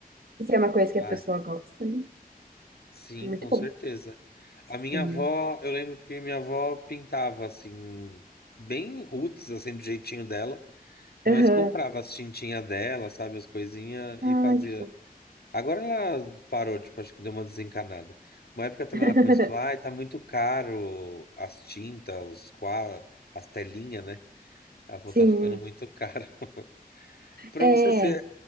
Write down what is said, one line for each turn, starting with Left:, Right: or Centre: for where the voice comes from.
Right: Isso é uma coisa que
Left: Ah,
Right: a pessoa gosta, né?
Left: sim,
Right: Muito
Left: com
Right: bom.
Left: certeza. A minha
Right: Sim.
Left: avó, eu lembro que minha avó pintava assim, bem roots, assim, do jeitinho dela, mas
Right: Aham.
Left: comprava as tintinhas dela, sabe, as coisinhas
Right: Ai,
Left: e fazia.
Right: que fofo.
Left: Agora ela parou, tipo, acho que deu uma desencanada. Uma época também
Right: <laughs>
Left: ela começou a falar, ai, tá muito caro as tintas, os quadros, as telinhas, né? Ela falou,
Right: Sim.
Left: tá ficando muito caro. <laughs> Pra
Right: É,
Left: você ser